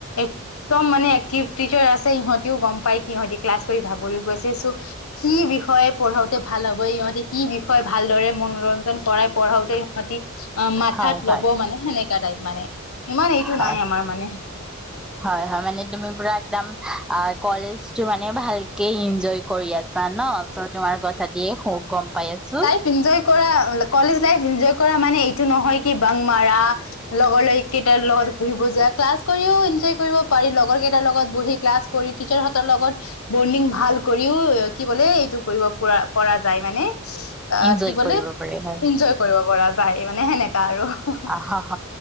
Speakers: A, on the left; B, in the centre.
A: এক একদম মানে এক্টিভ টিচাৰ আছে, ইিহঁতেও গম পাই কি ইহতি ক্লাছ কৰি ভাগৰি গৈছে চ' কি বিষয়ে পঢ়াওঁতে ভাল হ'ব, ইহঁতে কি বিষয়ে ভালদৰে মনোৰঞ্জন কৰাই পঢ়াঁওতে অ', মাথাত
B: হয় হয়
A: ল'ব মানে সেনেকা টাইপ মানে, ইমান এইটো
B: হয়
A: নাই আমাৰ মানে।
B: হয় হয় মানে তুমি পুৰা একদম কলেজটো মানে ভালকে ইঞ্জয় কৰি আছা ন? চ' তোমাৰ কথা দিয়ে খুব গম পাই আছোঁ।
A: ইঞ্জয় কৰা কলেজ লাইফ ইঞ্জয় কৰা মানে এইটো নহয় কি বাং মাৰা লগৰ ল কেইটাৰ লগত ঘুৰিব যোৱা, ক্লাছ কৰিও ইঞ্জয় কৰিব পাৰি লগৰ কেইটাৰ লগত বহি ক্লাছ কৰি টিচাৰ হঁতৰ লগত বণ্ডিং ভাল কৰিও কি বোলে এইটো কৰিব পৰা, পৰা যায় মানে
B: ইনজয়
A: কি বুলি
B: কৰিব পাৰি হয়
A: ইঞ্জয় কৰিব পৰা যায় মানে সেনেকা আৰু
B: হ হ।